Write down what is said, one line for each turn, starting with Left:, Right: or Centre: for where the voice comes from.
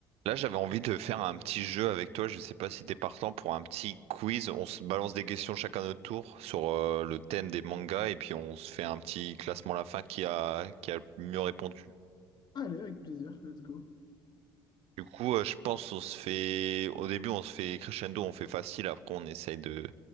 Right: Là, j'avais envie de faire un petit jeu avec toi. Je sais pas si t'es partant pour un petit quiz. On se balance des questions chacun à notre tour sur euh, le thème des mangas et puis on se fait un petit classement à la fin qui a qui a le mieux répondu.
Left: Allez, avec plaisir, let's go.
Right: Du coup, euh, je pense on se fait au début on se fait crescendo, on fait facile. Après, on essaye de